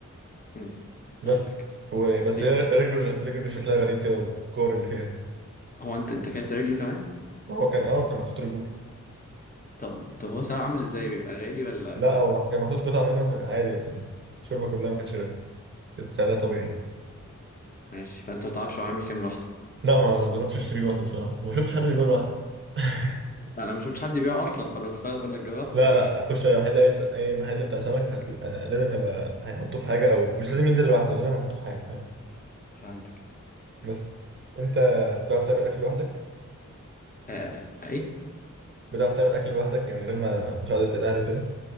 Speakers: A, on the left; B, on the right.
A: امم
B: بس
A: فهمتك
B: هو بس
A: بي...
B: هي رجله رجله شكلها غريب كده والكور اللي فيها دي
A: هو انت انت اكلت رجله كمان
B: ما هو كان اه كان محطوط رجول
A: طب طب هو سعره عامل ازاي بيبقى غالي ولا
B: لا هو مح- كان محطوط قطع منه فعادي كان الشوربه كلها ما كانتش غير كانت سعرها طبيعي يعني
A: ماشي فانت ما تعرفش هو عامل كام لوحده
B: لا ما جربتش اشتري لوحده بصراحه وما شفتش حد بيبيع لوحده <laughs>
A: انا ما شفتش حد يبيعه اصلا فانا مستغرب انك جربت
B: لا
A: <laughs>
B: لا خش اي محل اي أي محل بتاع سمك هت... لازم يبقى هيحطه في حاجه او مش لازم ينزل لوحده لازم يحطه في حاجه فاهم
A: فهمتك
B: بس انت بتعرف تعمل اكل لوحدك
A: آه... ايه
B: بتعرف تعمل اكل لوحدك يعني من غير ما مساعده الاهل وكده